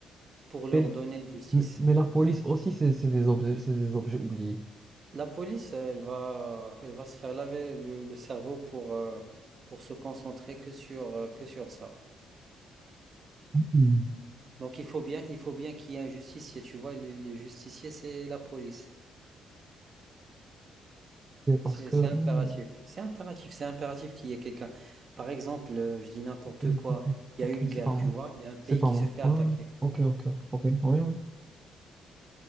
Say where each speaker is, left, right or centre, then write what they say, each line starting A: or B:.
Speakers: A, on the right; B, on the right.
A: pour leur
B: Mais,
A: donner justice.
B: mais, mais la police aussi, c'est c'est des objets, c'est des objets oubliés.
A: La police, euh, elle va, elle va se faire laver le, le cerveau pour, euh, pour se concentrer que sur, euh, que sur ça.
B: Hmm.
A: Donc il faut bien, il faut bien qu'il y ait un justicier, tu vois, les, les justiciers, c'est la police.
B: Et Parce
A: C'est
B: que.
A: c'est
B: hmm,
A: impératif. C'est impératif. C'est impératif qu'il y ait quelqu'un. Par exemple, euh, je dis n'importe
B: Ok,
A: quoi.
B: ok,
A: Il
B: ok,
A: y a une
B: c'est
A: guerre,
B: pas moi.
A: tu vois. Il y a un pays
B: C'est pas
A: qui
B: moi.
A: se fait attaquer.
B: Ouais, ouais. ok, ok, ok. ok. Oui, oui.